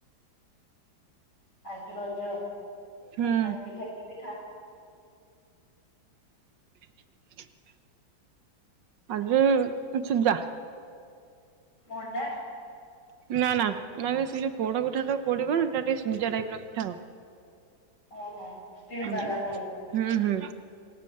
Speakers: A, on the left (about 60°); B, on the right (about 70°).
A: ଆଜି ରଜ
B: ହୁଁ
A: ପାଇଁ ପିଠା କି ପିଠା?
B: <inaudible> ଆଜି ସିଜା।
A: ମଣ୍ଡା ସ୍
B: ନା ନା ମାନେ ସେଇ ଯୋଉ ପୋଡ ପିଠାଟାକୁ ପଡିଗଲେ ସେଟା ଟିକେ ସିଜା ଟାଇପର ପିଠା ଆଉ।
A: ଓହୋ ଷ୍ଟିମ୍
B: ଉଁ
A: ବାଲା ପୋଡ
B: ହୁଁ ହୁଁ।